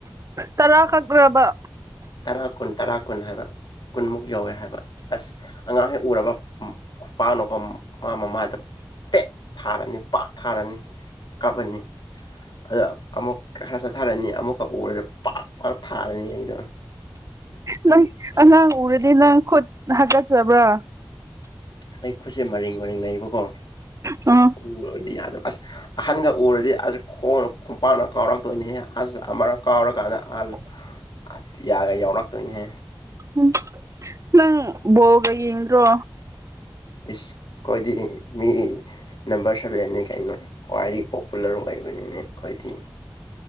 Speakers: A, on the right; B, on the left.
A: ꯇꯔꯥꯈꯛ ꯇꯔꯥꯕ
B: ꯇꯔꯥ ꯀꯨꯟ ꯇꯔꯥ ꯀꯨꯟ ꯍꯥꯏꯕ ꯀꯨꯟꯃꯨꯛ ꯌꯧꯋꯦ ꯍꯥꯏꯕ ꯑꯁ ꯑꯉꯥꯡ ꯍꯦꯛ ꯎꯔꯕ ꯄꯥꯅꯨꯀꯣ ꯃꯥ ꯃ ꯃꯥ ꯄꯦꯛ ꯊꯥꯔꯅꯤ ꯄꯥꯛ ꯊꯥꯔꯅꯤ ꯀꯞꯄꯅꯤ ꯑꯗ ꯑꯃꯨꯛꯀ ꯈꯔ ꯆꯠꯊꯔꯅꯤ ꯑꯃꯨꯛꯀ ꯎꯔꯗꯤ ꯄꯥꯛ ꯄꯥꯛ ꯊꯥꯔꯅꯤ ꯑꯩꯗꯣ
A: ꯅꯪ
B: ꯑꯁ
A: ꯑꯉꯥꯡ ꯎꯔꯗꯤ ꯅꯪ ꯈꯨꯠ ꯍꯥꯒꯠꯆꯕ꯭ꯔꯥ
B: ꯑꯩ ꯈꯨꯠꯁꯦ ꯃꯔꯤꯡ ꯃꯔꯤꯡ ꯂꯩꯩꯕꯀꯣ
A: ꯎꯝ
B: ꯎꯔꯗꯤ ꯌꯥꯗꯣ ꯑꯁ ꯑꯍꯟꯒ ꯎꯔꯗꯤ ꯑꯁ ꯈꯣꯡꯅ ꯈꯣꯡꯄꯥꯛꯅ ꯀꯥꯎꯔꯛꯇꯣꯏꯅꯤ ꯑꯁ ꯑꯃꯔꯛ ꯀꯥꯎꯔꯀꯥꯟꯗ ꯑꯜ
A: <unintelligible>
B: ꯑ ꯌꯥꯒ ꯌꯥꯎꯔꯛꯇꯣꯏꯅꯦꯍꯦ
A: ꯎ ꯅꯪ ꯕꯣꯜꯒ ꯌꯦꯡꯗ꯭ꯔꯣ
B: ꯏ ꯈꯣꯏꯗꯤ ꯃꯤ ꯅꯝꯕꯔ ꯁꯚꯦꯟꯅꯤ ꯀꯩꯅꯣ ꯈ꯭ꯋꯥꯏꯗꯒꯤ ꯄꯣꯄꯨꯂꯔ ꯑꯣꯏꯕꯅꯤꯅꯦ ꯈ꯭ꯋꯥꯗꯤ